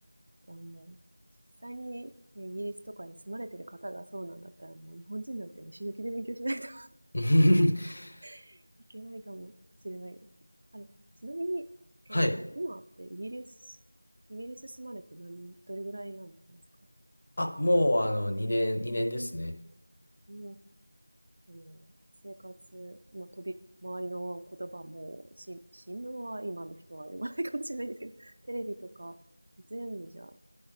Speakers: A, on the right; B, on the left.
A: や、もう、実際に、ね、イギリスとかに住まれてる方がそうなんだったら、もう日本人なんてもう死ぬ気で勉強しないと
B: <laughs>
A: <laughs> いけないかもしれないです。あれ、ちなみに、
B: はい。
A: えっ、と、今ってイギリス、イギリス住まれて何、どれぐらいなんですか
B: あ、もうあの2年、2年ですね。
A: もう、じゃあもう、生活、まあ、飛び、周りの言葉も、し新聞は今の人は読まないかもしれないですけど、テレビとか、全部じゃあ